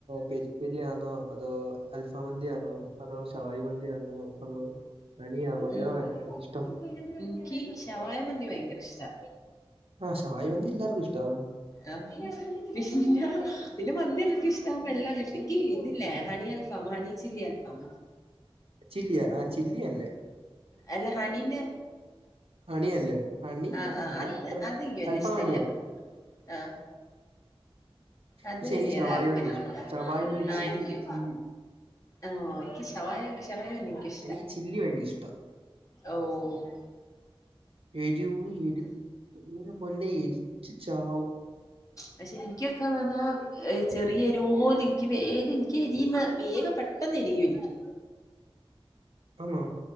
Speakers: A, on the right (about 70°); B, on the left (about 35°).
A: പെരി പെരിയാണോ അതോ അൽഫം മന്തിയാണോ അതോ ശവായി മന്തിയാണോ അതോ അണിയാണോ
B: ഉം
A: ഏതാണ് ഇഷ്ടം
B: ഇൻക് ശവായ മന്തി ഭയങ്കര ഇഷ്ടാ
A: ആഹ് ശവായി മന്തി എല്ലാർക്കും ഇഷ്ടവാ
B: ആ പിന്നെ പിന്നെ മന്തി എല്ലാർക്കും ഇഷ്ടാവകുമ്പോ എല്ലാം അങ്ങ്ഇഷ്ടാ എനിക്കി ഇതില്ലേ ഹണി അൽഫാം ഹണി ചില്ലി അൽഫാം
A: ചില്ലിയാ ആഹ് ചില്ലിയല്ലേ
B: അല്ല ഹണിന്റെ
A: അണിയല്ലേ അണിയാ
B: ആഹ ആഹ്
A: അണി
B: അത്
A: എത്ര
B: അത് വല്യ
A: അൽഫാം
B: ഇഷ്ടമല്ല
A: അണിയാണ്
B: ആഹ അത്
A: പക്ഷെ
B: വല്യ
A: എനിക്ക് ഷവായി
B: താല്പര്യല്ല
A: മന്തി ഇഷ്ടം ഷവായി മന്തി
B: ആഹ്
A: ചില്ലി
B: എനിക്ക്
A: ചില്ലി
B: ആഹ് എനിക്ക് ശവായ ശവായ ആണ് എനിക്ക ഇഷ്ട
A: എനിക്ക് ചില്ലി ഭയങ്കര ഇഷ്ടമാണ്
B: ഓഹ്
A: എരിവ് ഇൻക് എന്റെ പൊന്നെ എരിച്ചു ചാവും
B: പക്ഷെ എനിക്കൊക്കെന്ന് പറഞ്ഞാ ചെറിയോരെറിവുപോലും എനിക്ക് വേഗം എനിക്ക് എരിന്ന് വേഗം പെട്ടെന്ന് എരിയും എനിക്ക്
A: ആണോ